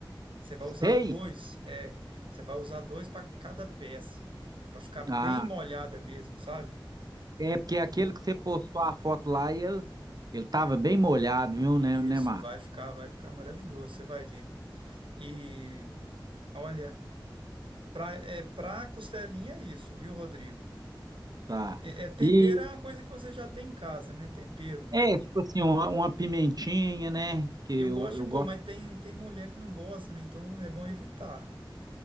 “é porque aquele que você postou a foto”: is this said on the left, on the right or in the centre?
Right